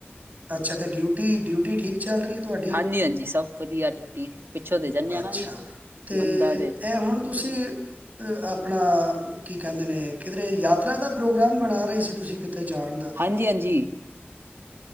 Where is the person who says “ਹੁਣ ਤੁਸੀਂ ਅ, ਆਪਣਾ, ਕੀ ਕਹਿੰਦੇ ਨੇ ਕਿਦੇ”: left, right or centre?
Right